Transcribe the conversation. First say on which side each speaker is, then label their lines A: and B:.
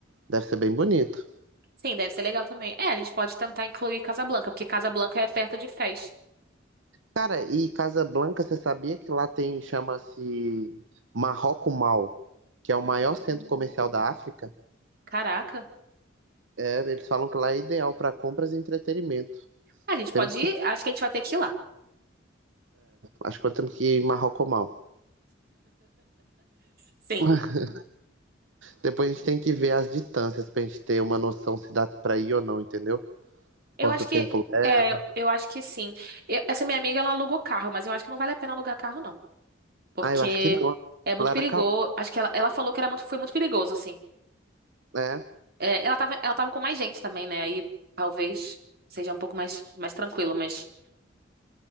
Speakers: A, on the right; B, on the right.
A: Deve ser bem bonito.
B: Sim, deve ser legal também. É, a gente pode tentar incluir Casablanca, porque Casablanca é perto de Fez.
A: Cara, e Casablanca, você sabia que lá tem, chama-se Marroco Mall, que é o maior centro comercial da África?
B: Caraca.
A: É, eles falam que lá é ideal para compras e entretenimento.
B: A gente pode
A: Temos que,
B: ir? Acho que a gente vai ter que ir lá.
A: acho que temos que ir em Marroco Mall.
B: Sim.
A: <laughs> Depois a gente tem que ver as distâncias pra gente ter uma noção se dá pra ir ou não, entendeu?
B: Eu
A: Quanto
B: acho
A: tempo
B: que.
A: é.
B: É, eu eu acho que sim. E- Essa minha amiga, ela alugou carro, mas eu acho que não vale a pena alugar carro, não. Porque
A: Ah, eu acho que não.
B: é muito
A: Lá
B: perigoso.
A: era
B: Acho que ela, ela falou que era muito, foi muito perigoso, assim.
A: É,
B: É, ela tava, ela tava com mais gente também, né? Aí talvez seja um pouco mais, mais tranquilo, mas.